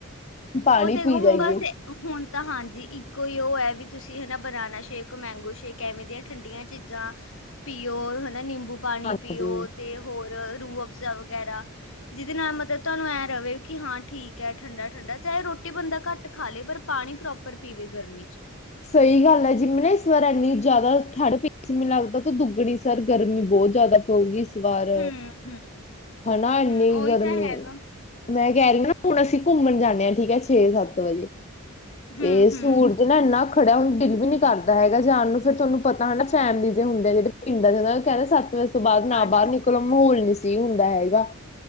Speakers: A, on the left (about 30°); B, on the left (about 70°).
A: ਪਾਣੀ
B: ਉਹ ਤੇ
A: ਪੀ
B: ਹੁੰਬਾਸੇ
A: ਜਾਈਏ
B: ਹੁਣ ਤਾਂ ਹਾਂਜੀ ਇੱਕੋ ਹੀ ਉਹ ਹੈ ਵੀ ਤੁਸੀਂ ਹਨਾ ਬਨਾਨਾ ਸ਼ੇਕ, ਮੈਂਗੋ ਸ਼ੇਕ, ਐਵੇਂ ਦੀਆਂ ਠੰਡੀਆਂ ਚੀਜ਼ਾਂ ਪੀਓ ਹਨਾ ਨਿੰਬੂ ਪਾਣੀ
A: ਹਾਂਜੀ
B: ਪੀਓ। ਤੇ ਹੋਰ ਰੂਹ ਅਫਜ਼ਾ ਵਗੈਰਾ, ਜਿਹਦੇ ਨਾਲ ਮਤਲਬ ਤੁਹਾਨੂੰ ਐਂ ਰਹੇ ਕਿ ਹਾਂ ਠੀਕ ਹੈ। ਠੰਡਾ -ਠੰਡਾ ਚਾਹੇ ਰੋਟੀ ਬੰਦਾ ਘੱਟ ਖਾ ਲਏ ਪਰ ਪਾਣੀ ਪ੍ਰੋਪਰ ਪੀਵੇ ਗਰਮੀ ਚ।
A: ਸਹੀ ਗੱਲ ਹੈ ਜਿਵੇਂ ਨਾ ਇਸ ਵਾਰ ਐੰਨੀ ਜ਼ਿਆਦਾ ਠੰਡ ਪਈ ਸੀ ਮੈਨੂੰ ਲੱਗਦਾ ਉਸ ਤੋਂ ਦੁੱਗਣੀ। ਸਰ ਗਰਮੀ ਬਹੁਤ ਜ਼ਿਆਦਾ ਪਊਗੀ? ਬਾਹਰ
B: ਹੂੰ ਹੂੰ
A: ਹਨਾ ਇਨੀ
B: ਹੂੰ ਉਹੀ
A: ਗਰਮੀ।
B: ਤਾਂ ਹੈਗਾ
A: ਮੈਂ ਕਹਿ ਰਹੀ ਹ ਨਾ ਹੁਣ ਅਸੀਂ ਘੁੰਮਣ ਜਾਂਦੇ ਹਾਂ ਠੀਕ ਹੈ ਛੇ ਸੱਤ ਵਜੇ
B: ਹੂੰ
A: ਤੇ ਸੂਰਜ।
B: ਹੂੰ
A: ਨਾ-ਨਾ, ਖੜਾ ਹੁਣ ਦਿਲ ਵੀ ਨੀ ਕਰਦਾ ਹੈਗਾ ਜਾਣ ਨੂੰ ਫਿਰ ਤੁਹਾਨੂੰ ਪਤਾ ਹਨਾ ਫੈਮਲੀਜ਼ ਦੇ ਹੁੰਦੇ ਆ। ਜਿਹੜੇ ਪਿੰਡਾਂ ਦੇ ਉਹ ਉਹ ਕਹਿੰਦੇ ਸਤ ਵਜੇ ਤੋਂ ਬਾਅਦ ਨਾ
B: ਹਾਂਜੀ
A: ਬਾਹਰ ਨਿਕਲਣਾ ਮਾਹੌਲ ਨਹੀਂ ਸੀ ਹੁੰਦਾ ਹੈਗਾ।